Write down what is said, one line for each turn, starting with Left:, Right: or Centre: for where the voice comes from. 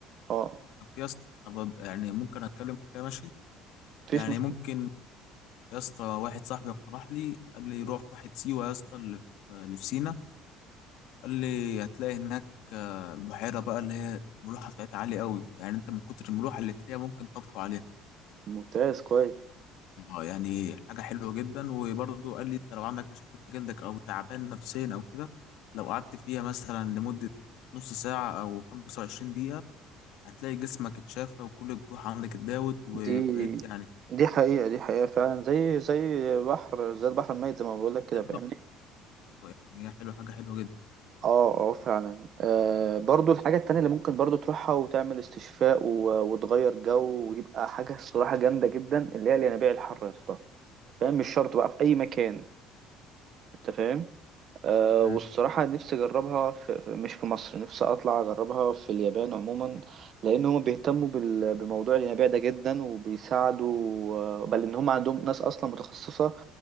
Right: اه
Left: كان في يا اسطى طب يعني ممكن اتكلم كده ماشي
Right: مفيش
Left: يعني
Right: مشكلة
Left: ممكن يا اسطى واحد صاحبي اقترح لي قال لي روح واحد سيوه يا اسطى اللي في اللي في سينا قال لي هتلاقي هناك آه، البحيره بقى اللي هي الملوحه بتاعتها عاليه قوي يعني انت من كتر الملوحه اللي فيها ممكن تطفو عليها
Right: ممتاز كويس
Left: آه، يعني حاجة حلوة جدا وبرضه قال لي انت لو عندك مشاكل في جلدك او تعبان نفسيا او كده لو قعدت فيها مثلا لمدة نص ساعة او 25 دقيقة هتلاقي جسمك اتشافى وكل الجروح عندك اتداوت وبقيت
Right: دي
Left: يعني
Right: دي حقيقة دي حقيقة فعلا زي زي بحر زي البحر الميت زي ما بقول لك كده
Left: شابة.
Right: فاهمني
Left: يعني هي حلوة حاجة حلوة جدا
Right: اه اه فعلا آه برضو الحاجة التانية اللي ممكن برضو تروحها وتعمل استشفاء و... وتغير جو ويبقى حاجة الصراحة جامدة جدا اللي هي الينابيع الحر يا اسطى فاهم مش شرط بقى في أي مكان أنت فاهم آه
Left: مم.
Right: والصراحة نفسي أجربها في... في- مش في مصر نفسي أطلع أجربها في اليابان عموما لأن هما بيهتموا بال... بموضوع الينابيع ده جدا وبيساعدوا آه، بل إن هما عندهم ناس أصلا متخصصة